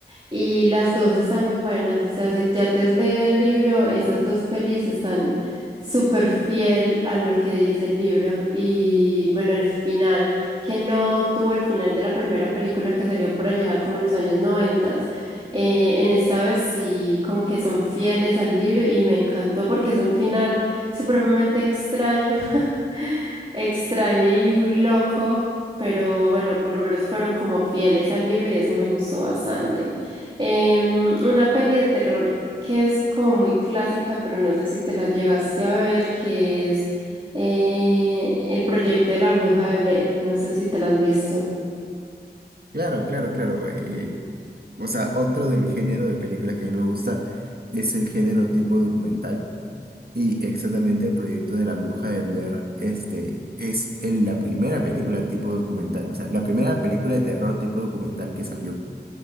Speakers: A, on the right; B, on the right.
A: Y las dos están muy buenas, o sea, si ya te has leído el libro, esas dos pelis están súper fiel a lo que dice el libro. Y bueno, el final, que no tuvo el final de la primera película que salió por allá como en los años noventas, eh, en esta vez sí como que son fieles al libro y me encantó porque es un final supremamente extraño, <laughs> extraño y loco, pero bueno, por lo menos fueron como fieles al libro y eso me gustó bastante. Em, una peli de terror que es como muy clásica, pero no sé si te la llegaste a ver, que es eh, El proyecto de la bruja de Blair. No sé si te la has visto.
B: Claro, claro, claro. eh, o sea, otro del género de películas que a mí me gusta es el género tipo documental. Y exactamente el proyecto de la Bruja de Blair, este, es el- la primera película tipo documental, o sea, la primera película de terror tipo documental que salió.